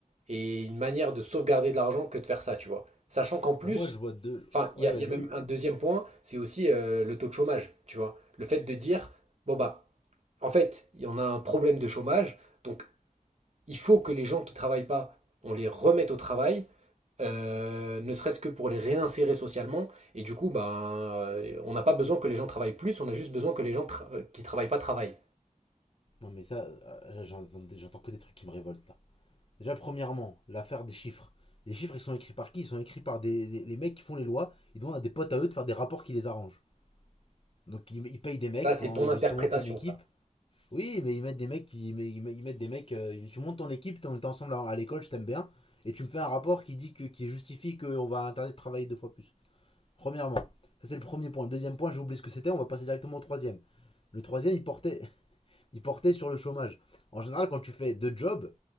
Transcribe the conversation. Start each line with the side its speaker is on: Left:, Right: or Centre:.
Right: et une manière de sauvegarder de l'argent que de faire ça, tu vois? Sachant qu'en plus,
Left: Pour moi, je vois deux.
Right: enfin,
Left: Ouais,
Right: il y a,
Left: vas-y.
Right: il y a même un deuxième point, c'est aussi euh, le taux de chômage, tu vois? Le fait de dire, bon, bah, en fait, il y en a un problème de chômage, donc il faut que les gens qui travaillent pas, on les remette au travail, euh, ne serait-ce que pour les réinsérer socialement. Et du coup, ben, euh, on n'a pas besoin que les gens travaillent plus, on a juste besoin que les gens tra- euh, qui travaillent pas travaillent.
Left: Non, mais ça, euh, j'entends j'entends que des trucs qui me révoltent là. Déjà, premièrement, l'affaire des chiffres. Les chiffres, ils sont écrits par qui Ils sont écrits par des, les- les mecs qui font les lois. Ils demandent à des potes à eux de faire des rapports qui les arrangent. Donc ils, ils payent des
Right: Ça,
Left: mecs
Right: c'est
Left: pendant
Right: ton
Left: ils-
Right: interprétation,
Left: tu montes une équipe.
Right: ça.
Left: Oui, mais ils mettent des mecs qui ils, mettent des mecs euh, tu montes ton équipe, t'es- on est ensemble à l'école, je t'aime bien et tu me fais un rapport qui dit que qui justifie qu'on va interdire de travailler deux fois plus. Premièrement, ça c'est le premier point. Le Deuxième point, j'ai oublié ce que c'était, on va passer directement au troisième. Le troisième, il portait <laughs> il portait sur le chômage. En général, quand tu fais deux jobs,